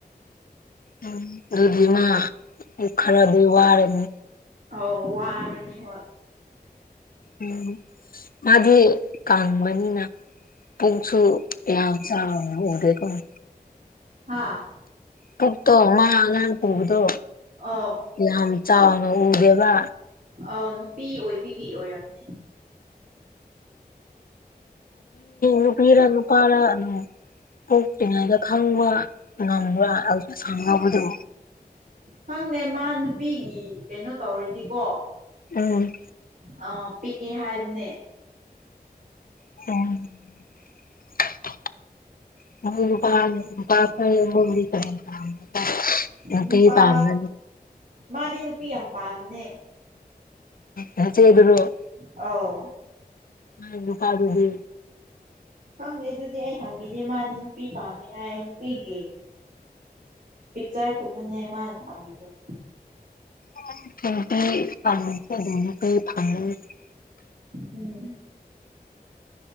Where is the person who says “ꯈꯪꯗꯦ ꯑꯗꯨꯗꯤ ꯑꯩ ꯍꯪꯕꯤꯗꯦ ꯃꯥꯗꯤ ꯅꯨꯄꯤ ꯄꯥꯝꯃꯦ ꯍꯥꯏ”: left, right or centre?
Right